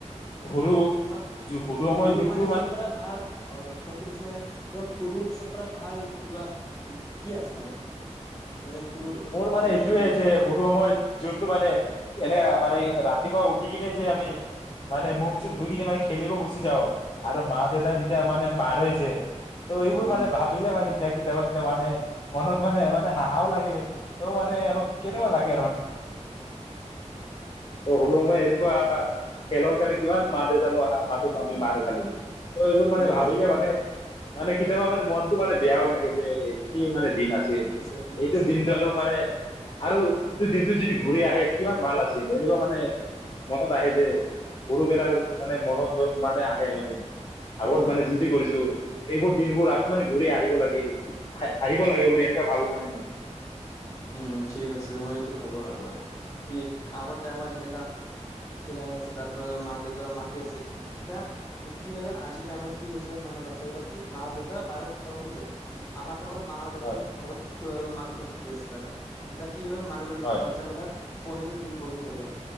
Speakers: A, on the left (about 45°); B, on the left (about 25°).
A: সৰু
B: তোমাৰ
A: যি সৰু সময়
B: সুৰুৰ
A: যোনটো
B: মানে চব পৰা ভাল আৰু মই সুধিছো মানে তোমাৰ সুৰুৰ চব ভাল কিবা কি আছে মানে মানে সৰুৰ এইটো
A: মোৰ
B: ভাল
A: মানে
B: মেমৰি
A: এইটোয়ে যে সৰু সময় যোনটো মানে এনে পাৰে ৰাতিপুৱা উঠি কিনে যে আমি মানে মুখ চুখ ধুই কিনে মানে খেলিব গুচি যাও আৰু মা দেউতা যেতিয়া মানে মাৰে যে ত এইবোৰ
B: উম
A: মানে ভাবিলে মানে এতিয়া কেতিয়াবা কেতিয়াব মানে মনত মানে মানে হাহাও লাগে ত মানে অলপ কেনেকুৱা লাগে আৰু সৰু সময়ই এনেকুৱা খেলৰ কাৰণে কিমান মা দেউতাল হাতত ন আমি মাৰ খালো। ত এইবোৰ মানে
B: অ
A: ভাবিলে মানে মানে কেতিয়াবা মানে মনতটো মানে বেয়াও লাগে যে। কি মানে
B: উম
A: দিন আছিল
B: ঠিক আছে ঠিক
A: এইটো
B: আছে
A: দিনটো
B: ঠিক
A: আৰু।
B: আছে
A: মানে আৰু। কিন্তু দিনটোত যদি ঘূৰি আহে কিমান ভাল আছে। এনেকুৱা মানে মনত আহি। যে গৰু বেলাৰ মানে মনত মানে আহে মানে। আগত মানে যি
B: উম,
A: যি কৰিছো। এইবোৰ দিনবোৰ আকৌ মানে ঘূৰি আহিব লাগিল আহ আহিব লাগে বুলি এনেকা ভাবো মানে মই।
B: উম ঠিক আছে মইটো ভাবো আৰু মানে কি আগৰতে আমাৰ যেনেকা খেলা হৈ আছিল ৰাতিপুৱা মা দেউতা মাতি আছিল ইতয়া। কি হয় আজিৰ টাইমত কি হৈ হৈছে। মানে বাচ্ছা বিলাক কি মা দেউতা বাহিৰত পথাব খোজে আমাৰ। টাইমত মা দেউত
A: হয়
B: ঘৰত খ মাতিব। খুজি আছে। এটা। কি হল মানুহবিলাক
A: হয়
B: বাচ্ছা বিলাক ফোনে যে। দিন বৰ হয় থাকে।